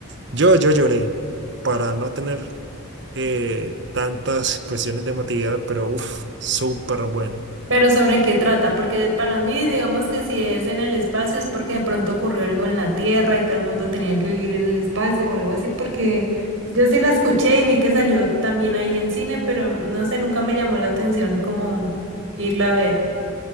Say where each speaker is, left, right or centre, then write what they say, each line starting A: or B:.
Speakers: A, on the right; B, on the right.
A: Yo, yo lloré para no tener eh, tantas cuestiones de emotividad, pero uff, súper buena.
B: Pero ¿sobre qué trata? Porque para mí, digamos que si es en el espacio es porque de pronto ocurrió algo en la Tierra y todo el mundo tenía que vivir en el espacio o algo así porque yo sí la escuché y vi que salió también ahí en cine, pero no sé, nunca me llamó la atención como irla a ver.